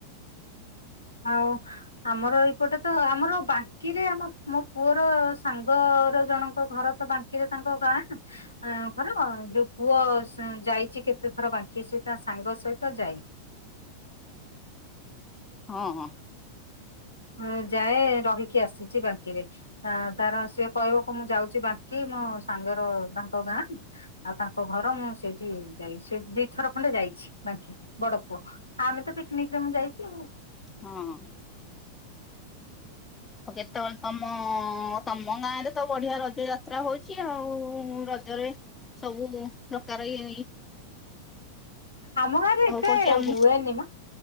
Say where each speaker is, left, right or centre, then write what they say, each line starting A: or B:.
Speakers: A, on the left; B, on the left.
A: ହଉ। ଆମର ଏଇପଟେ ତ ଆମର ବାକିରେ ଆମ ମୋ ପୁଅର ସାଙ୍ଗର ଜଣଙ୍କ ଘର ତ ବାଙ୍କିରେ ତାଙ୍କ ଗାଁ ନା। ଆଁ ଘର ଯୋଉ ପୁଅ ଯାଇଛି କେତେ ଥର ବାଙ୍କି ସେ ତା ସହିତ ସାଙ୍ଗ ସହିତ ଯାଇ।
B: ହଁ ହଁ।
A: ହୁଁ ଯାଏ ରହିକି ଆସିଛି ବାଙ୍କିରେ। ତାର ସିଏ କହିବ କୁ ମୁଁ ଯାଉଛି ବାକି ମୋ ସାଙ୍ଗର ତାଙ୍କ ଗାଁ। ଆଉ ତାଙ୍କ ଘର ମୁଁ ସେଇଠି ଯାଇ ସେ ଦିଥର ଖଣ୍ଡେ ଯାଇଛି ବାଙ୍କି ବଡ ପୁଅ। ଆମେ ତ ପିକନିକ ରେ ମୁଁ ଯାଇଛି ଆଉ।
B: ହଁ। ଆଉ କେତେବେଳେ ତମ ତ ତମ ଗାଁ ରେ ତ ବଢିଆ ରଜ ଯାତ୍ରା ହଉଛି ଆଉ ରଜରେ ସବୁ ପ୍ରକାର ଇ ଏଇ
A: ଆମ ଗାଁରେ ଏତେ
B: କହୁଛି ଆମ
A: ହୁଏନି ମ।